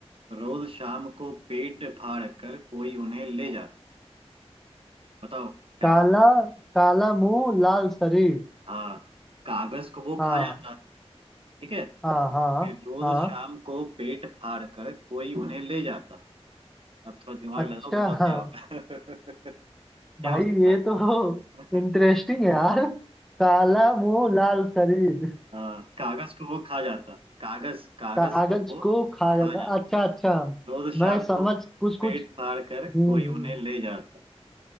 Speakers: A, on the right; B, in the centre.
A: रोज शाम को पेट फाड़ कर कोई उन्हें ले जाता बताओ इसका
B: काला
A: आंसर
B: काला मुंह लाल शरीर
A: हाँ कागज को वो
B: हाँ
A: खा जाता ठीक है
B: हाँ हाँ
A: फिर रोज
B: हाँ
A: शाम को पेट फाड़ कर कोई उन्हें ले जाता अब थोड़ा दिमाग
B: अच्छा
A: लगाओ बताओ
B: हाँ
A: क्या होगा <laughs> क्या
B: भाई
A: हो सकता
B: ये तो
A: है
B: इंटरेस्टिंग है यार काला मुंह लाल शरीर
A: <laughs> हाँ कागज को वो खा जाता कागज कागज
B: कागज
A: को वो
B: को खा
A: खा
B: जाता
A: जाता
B: अच्छा अच्छा
A: रोज
B: मैं
A: शाम
B: समझ
A: को
B: कुछ
A: पेट
B: कुछ
A: फाड़ कर कोई
B: हम्म हम्म,
A: उन्हें ले जाता